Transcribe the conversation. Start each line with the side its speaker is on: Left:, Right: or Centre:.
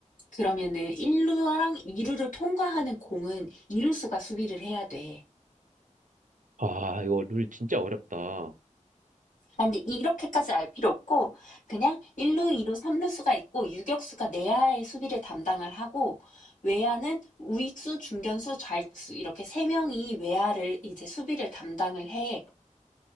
Left: 그러면은 1루랑 2루를 통과하는 공은 2루수가 수비를 해야 돼.
Right: 아, 이거 룰 진짜 어렵다. 어,
Left: 아, 근데 이렇게까지 알 필요 없고, 그냥 1루, 2루, 3루수가 있고, 유격수가 내야의 수비를 담당을 하고, 외야는 우익수, 중견수, 좌익수, 이렇게 세 명이 외야를 이제 수비를 담당을 해.